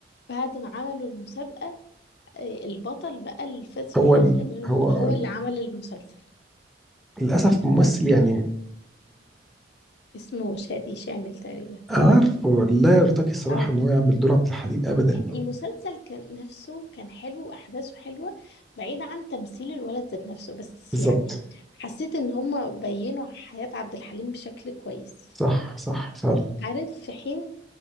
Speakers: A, on the left; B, in the centre.
A: بعد ما عملوا المسابقة آه، البطل بقى اللي فاز في
B: هو
A: الاخر
B: ال هو
A: هو
B: ال
A: اللي عمل المسلسل
B: للاسف ممثل يعني
A: اسمه شادي شامل تقريبا
B: عارفه لا يرتقي الصراحة
A: اه
B: إن هو يعمل دور عبد الحليم أبدا
A: المسلسل كان نفسه كان حلو واحداثه حلوة بعيد عن تمثيل الولد ذات نفسه بس
B: بالظبط
A: يعني حسيت ان هما بينوا حياة عبد الحليم بشكل كويس
B: صح صح فعلا
A: عارف في حين